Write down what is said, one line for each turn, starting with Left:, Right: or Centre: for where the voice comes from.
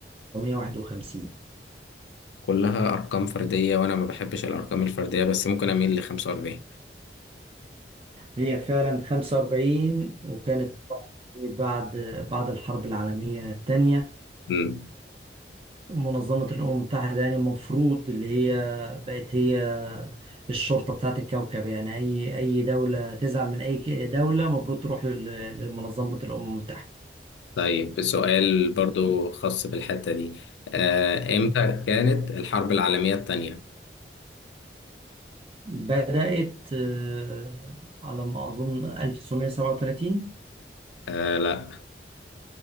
Right: 1951
Left: كلها أرقام فردية وأنا ما بحبش الأرقام الفردية بس ممكن أميل ل 45
Right: هي فعلا 45 وكانت بعد بعد الحرب العالمية الثانية
Left: <laughs>
Right: منظمة الأمم المتحدة يعني المفروض اللي هي بقت هي الشرطة بتاعت الكوكب يعني أي أي دولة تزعل من أي ك- دولة المفروض تروح لل- لمنظمة الأمم المتحدة
Left: طيب سؤال برضو خاص بالحتة دي آه، امتى كانت الحرب العالمية التانية؟
Right: بدأت آه، على ما أظن 1937
Left: آه لا